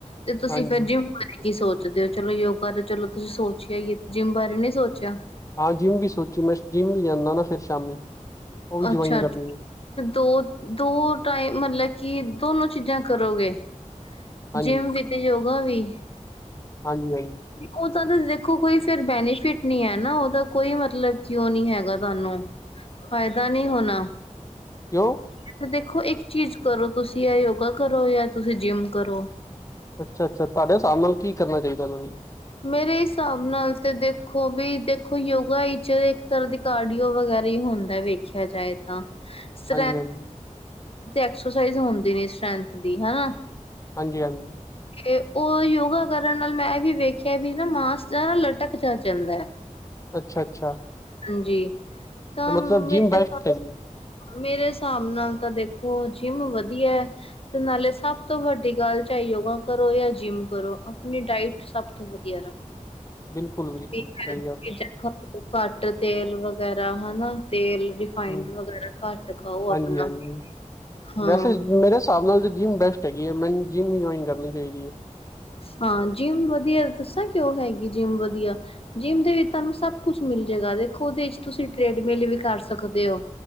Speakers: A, on the left; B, on the left.
A: ਤੇ ਤੁਸੀਂ
B: ਹਾਂਜੀ।
A: ਫੇਰ ਜਿੰਮ ਬਾਰੇ- ਕੀ ਸੋਚਦੇ ਹੋ ਚਲੋ ਯੋਗਾ ਤੇ ਚਲੋ ਤੁਸੀਂ ਸੋਚਿਆ ਹੀ ਏ ਜਿੰਮ ਬਾਰੇ ਨੀ ਸੋਚਿਆ
B: ਹਾਂ ਜਿੰਮ ਵੀ ਸੋਚੀ ਮੈਂ ਜਿੰਮ ਵੀ ਜਾਂਨਾ ਵਾ ਨਾ ਸ਼ਾਮੀ ਉਹ ਵੀ
A: ਅੱਛਾ
B: ਜੁਆਇਨ ਕਰਨੀ
A: ਅੱ
B: ਹੈ
A: ਦੋ-ਦੋ ਟਾਈਮ ਮਤਲਬ ਕਿ ਦੋਨੋ ਚੀਜ਼ਾਂ ਕਰੋਗੇ
B: ਹਾਂਜੀ
A: ਜਿੰਮ ਵੀ ਤੇ ਯੋਗਾ ਵੀ
B: ਹਾਂਜੀ-ਹਾਂਜੀ
A: ਉਹ ਤਾਂ ਦੇਖੋ ਕੋਈ ਫਿਰ ਬੈਨੀਫਿਟ ਨੀ ਹੈ ਨਾ ਉਹਦਾ ਕੋਈ ਮਤਲਬ ਕਿ ਉਹ ਨੀ ਹੈਗਾ ਤੁਹਾਨੂੰ
B: <inaudible>
A: ਫ਼ਾਇਦਾ ਨਹੀਂ ਹੋਣਾ
B: ਕਿਉਂ
A: ਇੱਥੇ ਦੇਖੋ ਇੱਕ ਚੀਜ਼ ਕਰੋ ਤੁਸੀਂ ਯਾ ਯੋਗਾ ਕਰੋ ਯਾ ਤੁਸੀਂ ਜਿੰਮ ਕਰੋ
B: ਅੱਛਾ-ਅੱਛਾ ਤੁਹਾਡੇ ਹਿਸਾਬ ਨਾਲ ਕੀ ਕਰਨਾ ਚਾਹੀਦੈ ਮੈਨੂ
A: ਮੇਰੇ ਹਿਸਾਬ ਨਾਲ ਤੇ ਦੇਖੋ ਵੀ ਦੇਖੋ ਯੋਗਾ ਚ ਇੱਕ ਤਰ੍ਹਾਂ ਦੀ ਕਾਰਡੀਓ ਵਗੈਰਾ ਹੀ ਹੁੰਦੈ ਵੇਖਿਆ ਜਾਏ ਤਾਂ, ਸ
B: ਹਾਂਜੀ ਹਾਂਜੀ
A: ਐਕਸਰਸਾਈਜ਼ ਹੁੰਦੀ ਨੇ ਸ੍ਰੈਂਥ ਦੀ ਹਨਾ,
B: ਹਾਂਜੀ ਹਾਂਜੀ,
A: ਤੇ ਉਹ ਯੋਗਾ ਕਰਨ ਨਾਲ ਮੈਂ ਇਹ ਵੀ ਵੇਖਿਆ ਵੀ ਨਾ ਮਾਸ ਦਾ ਨਾ ਲਟਕ ਜਿਹਾ ਜਾਂਦੈ।
B: ਅੱਛਾ ਅੱਛਾ,
A: ਹਾਂਜੀ, ਤਾਂ
B: ਮਤਲਬ
A: ਮੇਰੇ
B: ਜਿਮ ਬੈਸਟ ਏ
A: ਮੇਰੇ ਹਿਸਾਬ ਨਾਲ ਤਾਂ ਦੇਖੋ ਜਿੰਮ ਵਧੀਐ। ਤੇ ਨਾਲੇ ਸਭ ਤੋਂ ਵੱਡੀ ਗੱਲ ਚਾਹੇ ਯੋ, ਗਾ ਕਰੋ ਜਾਂ ਜਿੰਮ ਕਰੋ ਆਪਣੀ ਡਾਇਟ ਸਭ ਤੋਂ ਵਧੀਆ। ਰੱਖੋੋ
B: ਬਿਲਕੁਲ ਬਿਲਕੁਲ
A: <unintelligible>
B: ਸਹੀ ਗੱਲ
A: ਘਟ ਤੇਲ ਵਗੈਰਾ ਹਨਾ ਤੇਲ, ਰਿਫਾਈਡ,
B: ਹਮ
A: ਵਗੈਰਾ ਘੱਟ ਖਾਔ
B: ਹਾਂਜੀ
A: ਅਪਣਾ
B: ਹਾਂਜੀ
A: ਹਾਂ।
B: ਵੈਸੇ ਮੇਰੇ ਹਿਸਾਬ ਨਾਲ ਤਾਂ ਜਿੰਮ ਬੈਸਟ ਹੈਗੀ ਏ, ਮੈਨੂੰ ਜਿੰਮ ਈ ਜੁਆਇਨ ਕਰਨੀ ਚਾਹੀਦੀ ਏ-
A: ਹਾਂ ਜਿੰਮ ਵਧੀਆ, ਦੱਸਾਂ ਕਿਉਂ ਹੈਗੀ ਜਿੰਮ ਵਧੀਆ ਜਿੰਮ ਦੇ ਵਿਚ ਤਾਨੂੰ ਸਭ ਕੁਛ ਮਿਲ ਜੇਗਾ ਦੇਖੋ ਔਦੇ ਚ ਤੁਸੀ ਟ੍ਰੇਡਮਿਲ ਵੀ ਕਰ ਸਕਦੇ ਔ।